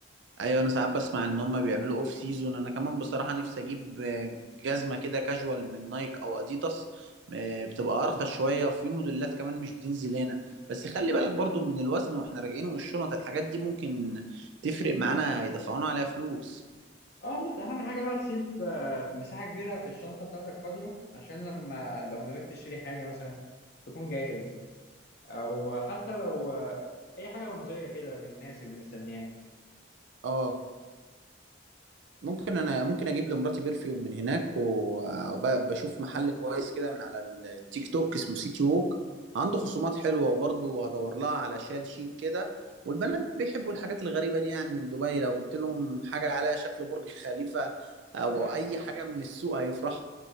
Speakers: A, on the right; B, on the left.
A: ايوه انا ساعات بسمع ان هم بيعملوا اوف سيزون انا كمان بصراحه نفسي اجيب آه، جزمه كده كاجوال من نايك او اديداس آه، بتبقى ارخص شويه وفي موديلات كمان مش بتنزل هنا بس خلي بالك برضو من الوزن واحنا راجعين والشنط الحاجات دي ممكن تفرق معانا يدفعونا عليها فلوس
B: اه بس اهم حاجه بقى تسيب آه، مساحه كبيره في الشنطه بتاعتك فاضيه عشان لما لو نويت تشتري حاجه مثلا تكون جاهز او حتى لو آه، اي حاجه رمزيه كده للناس اللي مستنيانا
A: اه ممكن انا ممكن اجيب لمراتي برفيوم من هناك وبشوف محل كويس كده من على التيك توك اسمه سيتي ووك عنده خصومات حلوه وبرضه هدور لها على شال شيك كده والبنات بيحبوا الحاجات الغريبه دي يعني من دبي لو جبت لهم حاجه عليها شكل برج خليفه او
B: اه
A: اي حاجه من السوق هيفرحوا